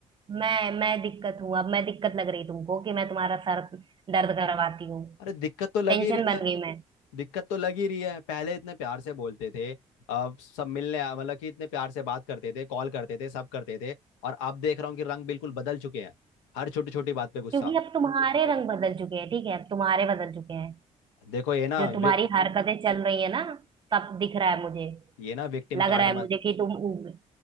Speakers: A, on the right; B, on the left.
A: मैं मैं दिक्कत हूं अब मैं दिक्कत लग रही तुमको कि मैं तुम्हारा सर दर्द करवाती हूँ
B: अरे दिक्कत तो लग
A: टेंशन
B: ही रही
A: बन
B: है
A: गई मैं
B: दिक्कत तो लग ही रही है पहले इतने प्यार से बोलते थे अब सब मिलने आ- मतलब कि इतने प्यार से बात करते थे कॉल करते थे सब करते थे और अब देख रहा हूँ कि रंग बिल्कुल बदल चुके हैं हर छोटी छोटी बात पे गुस्सा
A: क्योंकि अब तुम्हारे रंग बदल चुके हैं ठीक है अब तुम्हारे बदल चुके हैं
B: देखो ये ना
A: जो तुम्हारी
B: वे-
A: हरकतें चल रही है ना सब दिख रहा है मुझे
B: ये ना विक्टिम
A: लग
B: कार्ड
A: रहा है मुझे कि तुम उग-